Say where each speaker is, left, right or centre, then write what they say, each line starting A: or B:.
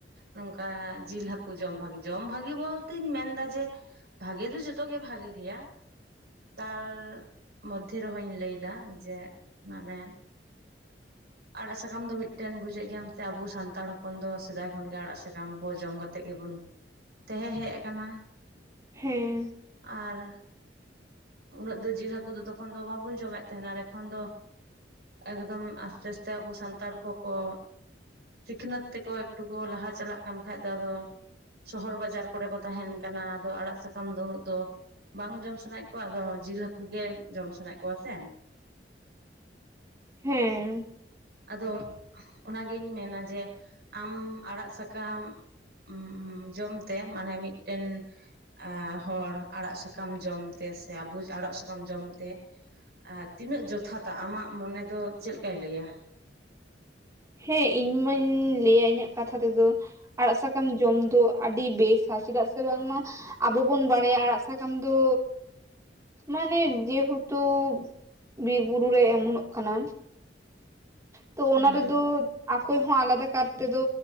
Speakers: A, on the right; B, on the right.
A: ᱱᱚᱝᱠᱟ ᱡᱤᱞ ᱦᱟᱹᱠᱩ ᱡᱚᱢ ᱵᱷᱟᱹᱜᱤ ᱡᱚᱢ ᱵᱷᱟᱹᱜᱤ ᱵᱚᱞᱛᱮᱧ ᱢᱮᱱᱫᱟ ᱡᱮ ᱵᱷᱟᱹᱜᱮ ᱫᱚ ᱡᱚᱛᱚ ᱜᱮ ᱵᱷᱟᱹᱜᱮ ᱜᱮᱭᱟ ᱛᱟᱨ ᱢᱚᱫᱽᱫᱷᱮ ᱨᱮᱦᱚᱧ ᱞᱟᱹᱭ ᱫᱟ ᱡᱮ ᱢᱟᱱᱮ ᱟᱲᱟᱜ ᱥᱟᱠᱟᱢ ᱫᱚ ᱢᱤᱫᱴᱮᱱ ᱵᱩᱡᱮᱜ ᱜᱮᱭᱟᱢ ᱥᱮ ᱟᱵᱚ ᱥᱟᱱᱛᱟᱲ ᱦᱚᱯᱚᱱ ᱫᱚ ᱥᱮᱫᱟᱭ ᱠᱷᱚᱱ ᱜᱮ ᱟᱲᱟᱜ ᱥᱟᱠᱟᱢ ᱠᱚ ᱡᱚᱢ ᱠᱟᱛᱮᱜ ᱜᱮ ᱵᱚᱱ ᱛᱟᱦᱮᱸ ᱦᱮᱜ ᱠᱟᱱᱟ
B: ᱦᱮᱸ
A: ᱟᱨ ᱩᱱᱟᱹᱜ ᱫᱚ ᱡᱤᱞ ᱦᱟᱹᱠᱩ ᱫᱚ ᱛᱚᱠᱷᱚᱱ ᱫᱚ ᱵᱟᱵᱚᱱ ᱡᱚᱢᱮᱫ ᱛᱟᱦᱮᱱᱟ ᱟᱨ ᱮᱠᱷᱚᱱ ᱫᱚ ᱮᱠᱫᱚᱢ ᱟᱥᱛᱮ ᱟᱥᱛᱮ ᱟᱵᱚ ᱥᱟᱱᱛᱟᱲ ᱠᱚ ᱠᱚ ᱥᱤᱠᱷᱱᱟᱹᱛ ᱛᱮ ᱠᱚ ᱮᱠᱴᱩ ᱠᱚ ᱞᱟᱦᱟ ᱪᱟᱞᱟᱜ ᱠᱟᱱ ᱠᱷᱟᱡ ᱫᱚ ᱟᱫᱚ ᱥᱚᱦᱚᱨ ᱵᱟᱡᱟᱨ ᱠᱚ ᱨᱮ ᱠᱚ ᱛᱟᱦᱮᱱ ᱠᱟᱱᱟ ᱟᱫᱚ ᱟᱲᱟᱜ ᱥᱟᱠᱟᱢ ᱫᱚ ᱩᱱᱟᱹᱜ ᱫᱚ ᱵᱟᱝ ᱡᱚᱢ ᱥᱟᱱᱟᱭᱮᱫ ᱠᱚᱣᱟ ᱟᱫᱚ ᱡᱤᱞ ᱦᱟᱠᱩ ᱜᱮ ᱡᱚᱢ ᱥᱟᱱᱟᱭᱮᱫ ᱠᱚᱣᱟ ᱥᱮ
B: ᱦᱮᱸ
A: ᱟᱫᱚ ᱚᱱᱟ ᱜᱤᱧ ᱢᱮᱱᱟ ᱡᱮ ᱟᱢ ᱟᱲᱟᱜ ᱥᱟᱠᱟᱢ ᱩᱸ ᱩᱸ ᱡᱚᱢ ᱛᱮ ᱢᱟᱱᱮ ᱢᱤᱫᱴᱮᱱ ᱟ ᱦᱚᱲ ᱟᱲᱟᱜ ᱥᱟᱠᱟᱢ ᱡᱚᱢ ᱛᱮ ᱥᱮ ᱟᱵᱩᱡᱽ ᱟᱲᱟᱜ ᱥᱟᱠᱟᱢ ᱡᱚᱢ ᱛᱮ ᱟ ᱛᱤᱱᱟᱹᱜ ᱡᱚᱛᱷᱟᱛᱟ ᱟᱢᱟᱜ ᱢᱚᱱᱮ ᱫᱚ ᱪᱮᱫ ᱞᱮᱠᱟᱭ ᱞᱟᱹᱭᱟ?
B: ᱦᱮᱸ ᱤᱧ ᱢᱟᱹᱧ ᱞᱟᱹᱭᱟ ᱤᱧᱟᱹᱜ ᱠᱟᱛᱷᱟ ᱛᱮ ᱫᱚ ᱟᱲᱟᱜ ᱥᱟᱠᱟᱢ ᱡᱚᱢ ᱫᱚ ᱟᱹᱰᱤ ᱵᱮᱥᱟ ᱪᱮᱫᱟᱜ ᱥᱮ ᱵᱟᱝ ᱢᱟ ᱟᱵᱚ ᱵᱚᱱ ᱵᱟᱲᱟᱭᱟ ᱟᱲᱟᱜ ᱥᱟᱠᱟᱢ ᱫᱚ ᱢᱟᱱᱮ ᱡᱮᱦᱮᱛᱩ ᱵᱤᱨ ᱵᱩᱨᱩ ᱨᱮ ᱮᱢᱚᱱᱚᱜ ᱠᱟᱱᱟ ᱛᱚ
A: ᱦᱩᱸ
B: ᱚᱱᱟ ᱨᱮᱫᱚ ᱟᱠᱚᱭ ᱦᱚᱸ ᱟᱞᱟᱫᱟ ᱠᱟᱨ ᱛᱮᱫᱚ